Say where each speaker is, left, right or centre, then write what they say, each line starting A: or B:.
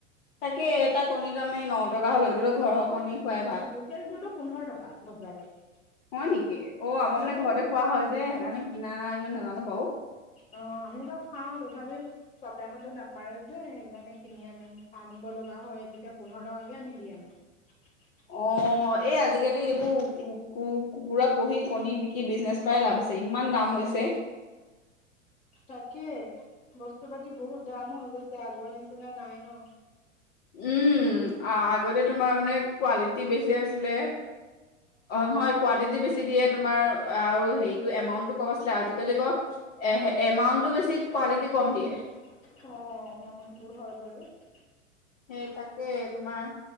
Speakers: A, on the left; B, on the left.
A: তাকে এটা কণীৰ দামেই ন টকা হ'ল। কিন্তু ঘৰৰ কণী খোৱাই ভাল
B: লোকেলটোতো পোন্ধৰ টকা বজাৰত।
A: হয় নেকি? অ' আমাৰ
B: অ
A: মানে ঘৰতে খোৱা হয় যে, সেইকাৰণে কিমান নাই ইমান নাজানো বাৰু।
B: অ', আমি বাৰু খাওঁ তথাপিও চব টাইমতে নাপাৰে যে, সেইকাৰণে কিনি আনো আনিব লগা হয়। তেতিয়া পোন্ধৰ টকাকে আমি দি আনো। হয় <unintelligible>
A: অ', এই আজিকালি এইবোৰ কু কু কুকুৰা পুহি কণী বিক্ৰি কি বিজনেছ কৰাই
B: উম
A: লাভ আছে, ইমান দাম হৈছে।
B: তাকে, বস্তু পাতি বহুত দাম হৈ গৈছে আগৰ নিচিনা নাই ন?
A: উম, আগতে তোমাৰ মানে কোৱালিটি বেছি আছিলে। অ' নহয় কুৱানটিটি বেছি দিয়ে তোমাৰ আৰু হেৰিতটো এমাউন্টটো কম আছিলে। আজি আজিকালি এ এমাউণ্টটো বেছি কোৱালিটি
B: অ',
A: কম দিয়ে।
B: অ' সেইটো হয় বাৰু।
A: সেই তাকে তোমাৰ